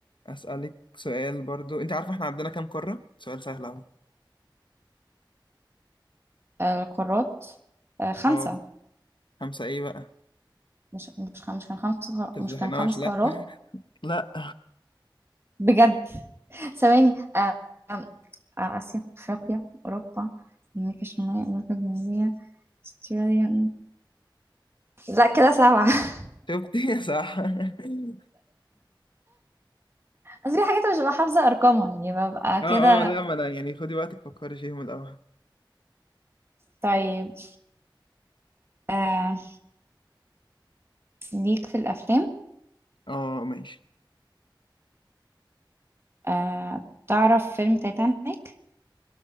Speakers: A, on the left (about 70°); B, on the right (about 30°).
A: أسألك سؤال برضو أنت عارفة إحنا عندنا كام قارة؟ سؤال سهل أهو
B: القارات آه، خمسة
A: أه خمسة إيه بقى؟
B: مش مش خ- مش كان خمس قار-
A: تفضحيناش
B: مش كان خمس
A: لا
B: قارات
A: لا
B: بجد ثواني آه، آم، آه، آسيا أفريقيا أوروبا أمريكا الشمالية أمريكا الجنوبية أستراليا لا كده سبعة <laughs>
A: شفتي <laughs> صح <laughs>
B: بس في حاجات مش ببقى حافظة أرقامها يعني ببقى كده
A: اه اه لا ما انا يعني خدي وقتك فكري فيهم الاول
B: طيب آه ليك في الأفلام
A: اه ماشي
B: آه تعرف فيلم تايتانيك